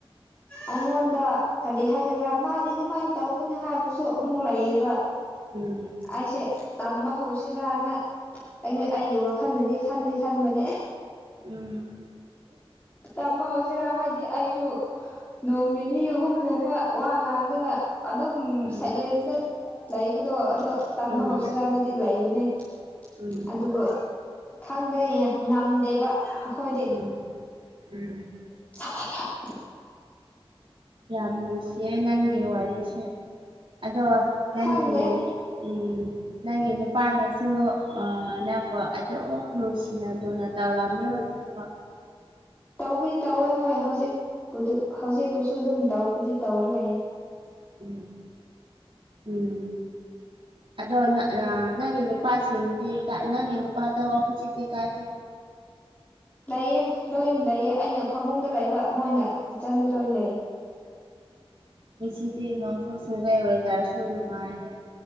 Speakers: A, on the left (about 15°); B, on the right (about 60°).
A: ꯑꯩꯉꯣꯟꯗ ꯀꯔꯤ ꯍꯥꯏꯒꯗ꯭ꯔꯥ ꯃꯥꯗꯤ ꯑꯗꯨꯃꯥꯏ ꯇꯧꯕꯅꯤ ꯍꯥꯏꯕꯁꯨ ꯑꯃꯨꯛ ꯂꯩꯌꯦꯕ
B: ꯎꯝ
A: ꯑꯩꯁꯦ ꯇꯝꯕ ꯍꯧꯁꯤꯔꯅ ꯑꯩꯒꯤ ꯋꯥꯈꯜꯅꯗꯤ ꯈꯟꯗꯤ ꯈꯟꯕꯅꯦ
B: ꯎꯝ
A: ꯇꯝꯕ ꯍꯧꯥꯎꯖꯤꯔꯥ ꯍꯥꯏꯗꯤ ꯑꯩꯁꯨ ꯅꯣꯡ ꯅꯤꯅꯤ ꯑꯍꯨꯝꯒꯨꯝꯕ ꯋꯥ ꯉꯥꯡꯗꯅ ꯑꯗꯨꯝ
B: ꯎꯝ
A: ꯁꯥꯏꯂꯦꯟꯗ ꯂꯩꯕꯗꯣ ꯑꯗꯣ ꯇꯝꯕ
B: ꯎꯝ
A: ꯍꯧꯁꯤꯔꯅꯗꯤ ꯂꯩꯕꯅꯦ
B: ꯎꯝ ꯎꯝ
A: ꯑꯗꯨꯕꯨ
B: ꯎꯝ
A: ꯈꯪꯗꯦ ꯉꯝꯗꯦꯕ ꯑꯩꯈꯣꯏꯗꯤ
B: <unintelligible>
A: <unintelligible>
B: ꯌꯥꯝ ꯅꯨꯡꯁꯤꯌꯦ ꯅꯪꯒꯤ ꯋꯥꯔꯤꯁꯦ ꯑꯗꯣ ꯅꯪꯒꯤ
A: ꯈꯪꯗꯦ
B: ꯎꯝ ꯅꯪꯒꯤ ꯅꯨꯄꯥꯅꯁꯨ ꯅꯪꯕꯣ ꯑꯗꯨꯝ ꯅꯨꯡꯁꯤꯅ ꯂꯨꯅ ꯇꯧꯔꯝꯅꯤ ꯍꯧꯖꯤꯛ ꯐꯥꯎ
A: ꯇꯥꯎꯕꯨꯗ ꯇꯥꯎꯋꯦ ꯍꯣꯏ ꯍꯧꯖꯤꯛ ꯍꯧꯖꯤꯛ ꯄꯨꯁꯨ ꯑꯗꯨꯝ ꯇꯧ ꯄꯨꯁꯤ ꯇꯧꯔ ꯂꯩ
B: ꯎꯝ ꯎꯝ ꯑꯗꯣ ꯅꯪꯒꯤ ꯅꯨꯄꯥꯁꯤꯡꯒꯤ ꯅꯪꯒꯤ ꯅꯨꯄꯥꯗꯣ ꯍꯧꯖꯤꯛꯇꯤ ꯀꯥꯏ <unintelligible>
A: ꯂꯩꯌꯦ ꯂꯣꯏ ꯂꯩꯌꯦ ꯑꯩꯅ ꯐꯃꯨꯡꯗ ꯂꯩꯕ ꯃꯣꯏꯅ ꯀꯤꯠꯆꯟꯗ ꯂꯣꯏ ꯂꯩꯌꯦ
B: ꯉꯁꯤꯗꯤ ꯅꯣꯡ ꯁꯨ ꯆꯨꯏꯌꯦ ꯋꯦꯗꯔꯁꯨ ꯅꯨꯉꯥꯏꯌꯦ